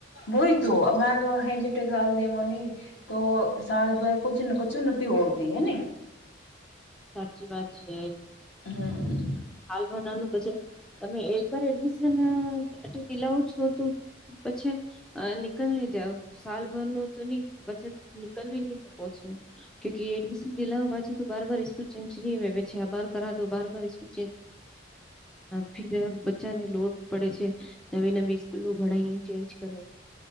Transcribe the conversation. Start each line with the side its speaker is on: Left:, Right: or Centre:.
Left: બોય તો અમાાર હે જેટ ઘાલ દેવા નની તો સાલભર કછને કછુંને હોતી હે
Centre: સાચી વાત છે
Left: હમ
Centre: હાલ ભરનાનું પછ તમે એક વાર એડમિશનલાવો છો તો પછી નીકળ નહી જાવ સાલભર નું તો નહ બચત નીકળવી નહી શકો છો કુ એડમિશન દિલા પાછી તો બાર બાર ચન્ચરી બે છે બાર કરા દો બાર બાર સ્કૂલ ફર બચ્ચાને લોડ પડે છે નવી નવી સ્કૂલો ભણાવ ચેન્જ કરો